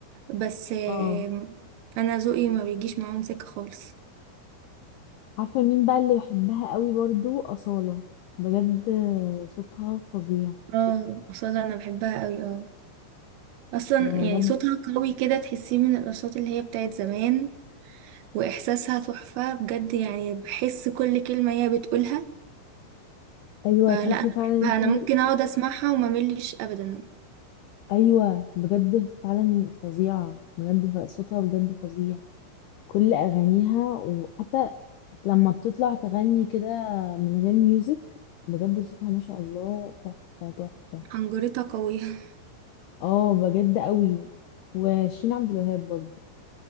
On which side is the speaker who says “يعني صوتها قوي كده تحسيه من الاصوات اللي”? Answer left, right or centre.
Right